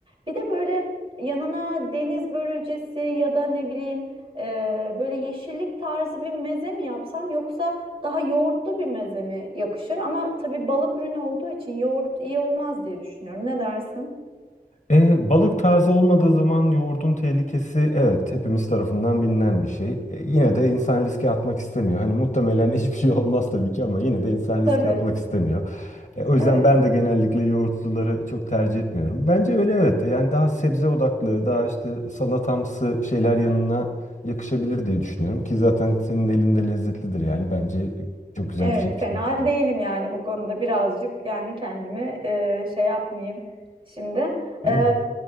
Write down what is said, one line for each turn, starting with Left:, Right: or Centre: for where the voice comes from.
Right: Bir de böyle yanına deniz börülcesi ya da ne bileyim e, böyle yeşillik tarzı bir meze mi yapsam yoksa daha yoğurtlu bir meze mi yakışır? Ama tabii balık ürünü olduğu için yoğurt iyi olmaz diye düşünüyorum. Ne dersin?
Left: E, balık taze olmadığı zaman yoğurdun tehlikesi evet hepimiz tarafından bilinen bir şey. E, yine de insan riske atmak istemiyor. Hani muhtemelen <laughs> hiçbir şey olmaz tabii ki ama yine de insan riske
Right: Tabii.
Left: atmak istemiyor. E, o yüzden
Right: Evet.
Left: ben de genellikle yoğurtluları çok tercih etmiyorum. Bence öyle evet. E, Yani daha sebze odaklı, daha işte salatamsı şeyler yanına yakışabilir diye düşünüyorum. Ki zaten senin elinde lezzetlidir yani. Bence çok güzel
Right: Evet,
Left: bir şey yapıştırmışsın.
Right: fena değilim yani bu konuda birazcık yani kendimi e, şey yapmayayım şimdi.
Left: Evet.
Right: E,